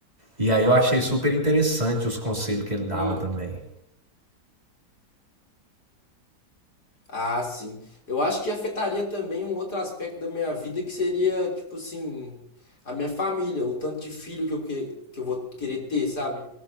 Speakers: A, on the right; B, on the left.
A: E aí eu achei super interessante os conselhos que ele dava
B: hum.
A: também.
B: Ah, sim. Eu acho que afetaria também um outro aspecto da minha vida que seria, tipo assim, a minha família, o tanto de filho que eu, que, que eu vou querer ter, sabe?